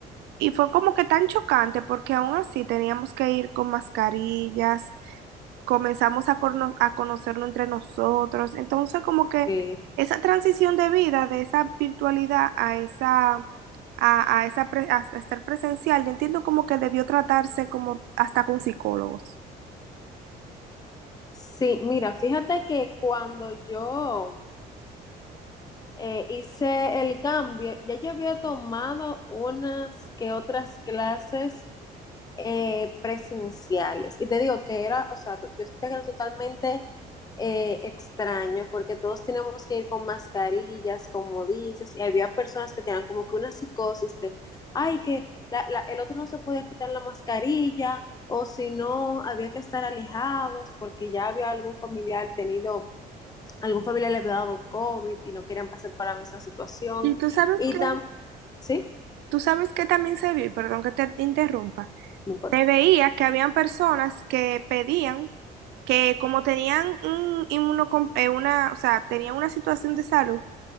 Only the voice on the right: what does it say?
Y fue como que tan chocante porque aún así teníamos que ir con mascarillas, comenzamos a, corno- a conocernos entre nosotros. Entonces como que
esa transición de vida, de esa virtualidad a esa, a, a esa pre- a estar presencial, yo entiendo como que debió tratarse como hasta con psicólogos.
Y tú sabes
que,
tú sabes que también se vio, y perdón que te interrumpa,
se veía que habían personas que pedían que como tenían un inmunocom- eh, una, o sea, tenían una situación de salud,